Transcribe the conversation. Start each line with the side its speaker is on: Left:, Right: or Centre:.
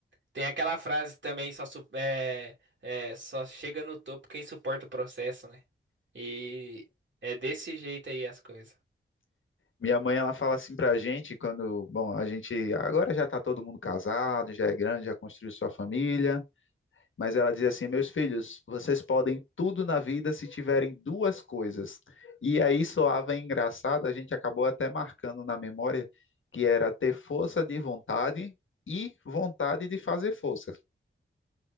Right: Tem aquela frase também, só, su- é, é, só chega no topo quem suporta o processo, né? E é desse jeito aí as coisas.
Left: Minha mãe, ela fala assim pra gente quando, bom, a gente agora já tá todo mundo casado, já é grande, já construiu sua família, mas ela diz assim: "Meus filhos, vocês podem tudo na vida se tiverem duas coisas". E aí soava engraçado, a gente acabou até marcando na memória que era ter força de vontade e vontade de fazer força.